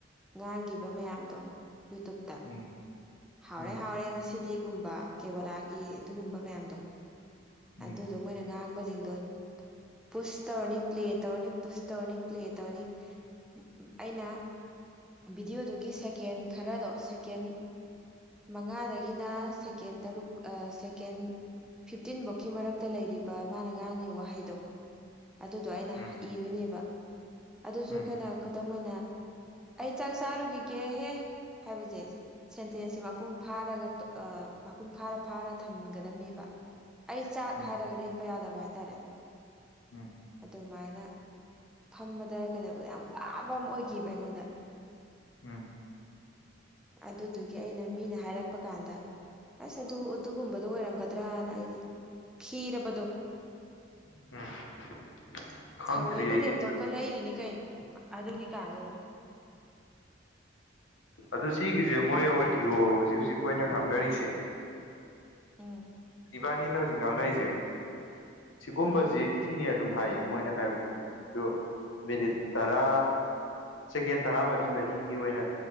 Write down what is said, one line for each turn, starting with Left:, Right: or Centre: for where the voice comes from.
Centre: ꯉꯥꯡꯈꯤꯕ ꯃꯌꯥꯝꯗꯣ ꯌꯨꯇꯨꯕꯇ
Left: ꯎꯝ
Centre: ꯍꯥꯎꯔꯦ
Left: ꯎꯝ
Centre: ꯍꯥꯎꯔꯦ ꯉꯁꯤꯗꯤꯒꯨꯝꯕ ꯀꯦꯕꯣꯂꯥꯒꯤ ꯑꯗꯨꯒꯨꯝꯕ ꯃꯌꯥꯝꯗꯣ
Left: ꯎꯝ
Centre: ꯑꯗꯨ ꯑꯗ ꯃꯣꯏꯅ ꯉꯥꯡꯕꯁꯤꯡꯗꯣ ꯄꯨꯁ ꯇꯧꯅꯤ ꯄ꯭ꯂꯦ ꯇꯧꯅꯤ ꯄꯨꯁ ꯇꯧꯅꯤ ꯄ꯭ꯂꯦ ꯇꯧꯅꯤ ꯑꯝ-ꯑꯝ ꯑꯩꯅ ꯚꯤꯗꯤꯑꯣꯗꯨꯒꯤ ꯁꯦꯀꯦꯟ ꯈꯔꯗꯣ ꯁꯦꯀꯦꯟ ꯃꯉꯥꯗꯒꯤꯅ ꯁꯦꯀꯦꯟ ꯇꯔꯨꯛ ꯁꯦꯀꯦꯟ ꯐꯤꯐꯇꯤꯟꯐꯧꯀꯤ ꯃꯔꯛ ꯃꯔꯛꯇ ꯂꯩꯔꯤꯕ ꯃꯥꯅ ꯉꯥꯡꯉꯤꯕ ꯋꯥꯍꯩꯗꯣ ꯑꯗꯨꯗꯣ ꯑꯩꯅ
Left: ꯎꯝ ꯎꯝ
Centre: ꯏꯗꯣꯏꯅꯦꯕ ꯑꯗꯨꯁꯨ
Left: ꯎꯝ
Centre: ꯑꯩꯈꯣꯏꯅ ꯈꯨꯗꯝ ꯑꯣꯏꯅ ꯑꯩ ꯆꯥꯛ ꯆꯥꯔꯨꯈꯤꯒꯦꯍꯦ ꯍꯥꯏꯕꯁꯦ ꯆꯦꯁꯦ ꯃꯄꯨꯡ ꯐꯥꯔꯒ ꯃꯄꯨꯡ ꯐꯥꯔ ꯐꯥꯔ ꯊꯝꯒꯗꯕꯅꯦꯕ ꯑꯩ ꯆꯥꯛ
Left: ꯎꯝ
Centre: ꯍꯥꯏꯔꯒ ꯂꯦꯞꯄ ꯌꯥꯗꯕ ꯍꯥꯏꯇꯥꯔꯦ
Left: ꯎꯝ
Centre: ꯑꯗꯨꯃꯥꯏꯅ ꯐꯝꯕꯗ ꯀꯩꯗꯧꯕꯗ ꯌꯥꯝ ꯋꯥꯕ ꯑꯃ ꯑꯣꯏꯈꯤꯌꯦꯕ ꯑꯩꯉꯣꯟꯗ
Left: ꯎꯝ
Centre: ꯑꯗꯨ ꯑꯗꯨꯒꯤ ꯑꯩꯅ ꯃꯤꯅ ꯍꯥꯏꯔꯛꯄ ꯀꯥꯟꯗ ꯑꯁ ꯑꯗꯨ ꯑꯗꯨꯒꯨꯝꯕꯗꯣ ꯑꯣꯏꯔꯝꯒꯗ꯭ꯔꯅ ꯑꯩꯗꯤ ꯈꯤꯔꯕꯗꯣ
Left: ꯎꯝ ꯈꯪꯗ꯭ꯔꯤ
Centre: ꯊꯑꯣꯏꯅ
Left: ꯑꯩꯗꯤ
Centre: ꯂꯦꯞꯇꯣꯞꯀ ꯂꯩꯔꯤꯅꯤ ꯀꯩꯅꯣ ꯑꯗꯨꯒꯤ ꯀꯥꯟꯗꯨꯗ
Left: ꯑꯗ ꯁꯤꯒꯤꯁꯦ ꯃꯣꯏ ꯑꯣꯇꯌꯣ ꯍꯧꯖꯤꯛ ꯍꯧꯖꯤꯛ ꯀꯣꯏꯅ ꯉꯥꯡꯅꯔꯤꯁꯦ
Centre: ꯎꯝ
Left: ꯏꯕꯥꯥꯅꯤꯅꯍꯧꯖꯤꯡ ꯉꯥꯡꯅꯏꯖꯦ ꯁꯤꯒꯨꯝꯕꯖꯤ
Centre: ꯎꯝ
Left: ꯁꯤꯅꯤꯌꯔ ꯑꯗꯨꯝ ꯍꯥꯏꯌꯦ ꯃꯣꯏꯅ ꯍꯥꯏꯕꯗꯨ ꯑꯗꯨ ꯃꯤꯅꯤꯠ ꯇꯔꯥ ꯁꯦꯀꯦꯟ ꯇꯔꯥꯃꯔꯤ ꯃꯔꯤꯒꯤ ꯑꯣꯏꯅ